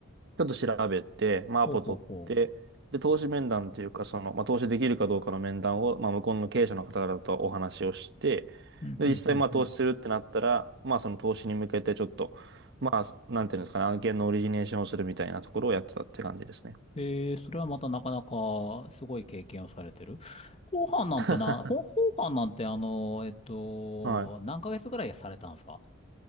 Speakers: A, on the right; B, on the left.
A: ちょっと調べて、まあ、
B: ほうほうほ
A: アポ取って、で、投資面談っていうか、その、まあ、投資できるかどうかの面談を、まあ、向こうの経営者の方々とお話をして、
B: う。うん、
A: で、
B: うん、
A: 実際、
B: うん、
A: まあ、投資するってなったら、
B: うん。
A: まあ、その投資に向けてちょっと、まあ、なんていうんですかね、案件のオリジネーションをするみたいなところをやってたって感じですね。
B: ええ、それはまたなかなかすごい経験をされてる。後半なんてな、
A: <laughs>
B: ほ後半なんてあの、えっと、
A: はい。
B: 何ヶ月ぐらいされたんですか